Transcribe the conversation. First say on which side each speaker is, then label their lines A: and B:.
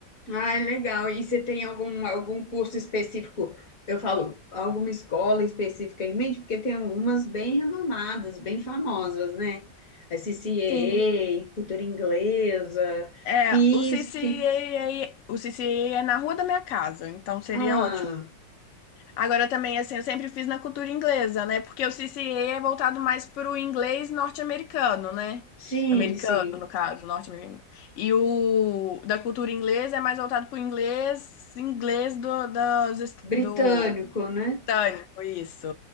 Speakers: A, on the left; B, on the left.
A: ai legal. E você tem algum, algum curso específico? Eu falo, alguma escola específica em mente? Porque tem algumas bem renomadas, bem famosas, né? A CCEE,
B: Sim.
A: Cultura Inglesa,
B: É,
A: FISC.
B: o CCAA, o CCAA é na rua da minha casa, então seria
A: Ah,
B: ótimo. Agora também, assim, eu sempre fiz na cultura inglesa, né? Porque o CCA é voltado mais para o inglês norte-americano, né?
A: sim,
B: Americano,
A: sim.
B: no caso, norte-americano. E o da cultura inglesa é mais voltado para o inglês, inglês do, das est-
A: Britânico,
B: do
A: né?
B: britânico, isso.